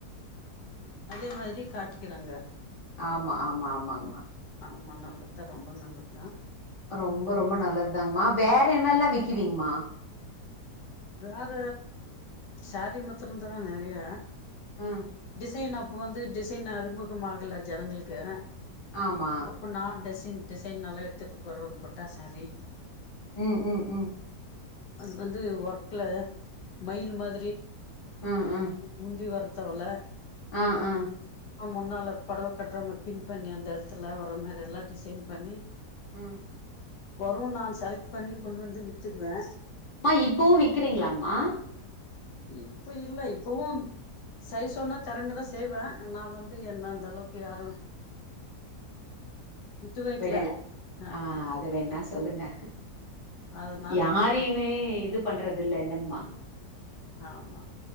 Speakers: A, on the left (about 30°); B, on the left (about 85°).
A: ம்
B: அதே மாதுரி காட்டிக்கிறாங்க
A: ஆமா ஆமா ஆமாங்மா
B: ஆமா நல்லது தா ரொம்ப நல்லது தா
A: ரொம்போ ரொம்ப நல்லதுதாங்ம்மா வேற என்னல்லா விக்குவிங்மா
B: வேற சேரீ மாத்திரம் தான் நெறைய
A: ம்
B: டிசைன் அப்போ வந்து டிசைன் அறிமுகமாகல ஜனங்களுக்கு
A: ஆமா
B: அப்போ நார் டிசைன் டிசைன் நல்லா எடுத்துட்டு வர புட்டா சாரி
A: ம் ம் ம்
B: அது வந்து ஒர்க்ல மயில் மாதிரி
A: ம் ம்
B: முந்தி வரத்தவ்ள
A: ஆ ஆன்
B: ஆம் முன்னால பொடவ கட்ற பின் பண்ணி அந்த எடத்துல வர மாரில்லா டிசைன் பண்ணி
A: ம்
B: வரூன் நான் செலக்ட் பண்ணி கொண்ட் வந்து வித்துடுவே
A: மா இப்பவு விக்கிறீங்ளாங்மா
B: இப்ப இல்ல இப்பவும் சைஸ் சொன்னா தெறமயாதா செய்வேன் நா வந்து என்ன அந்த அளவுக்கு யாரும் விட்டு வைக்ல
A: விடல ஆ
B: ஆமா
A: அது வேணா சொல்லுங்க
B: அதனால
A: யாரையுமே இது பண்றது இல்ல இல்லங்மா
B: ஆமா